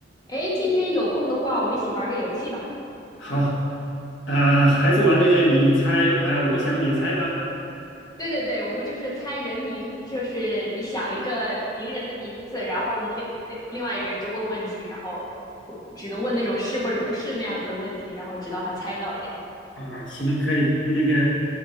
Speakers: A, on the left; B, on the left.
A: 哎，今天有空的话，我们一起玩个游戏吧。
B: 好，呃，还是玩那个你猜，呃，我想你猜吧。
A: 对对对，我们就是猜人名，就是你想一个名人的名字，然后呢，另另另外一个人就问问题，然后或只能问那种是或者不是那样子的问题，然后直到他猜到这样。
B: 啊，行，可以。那个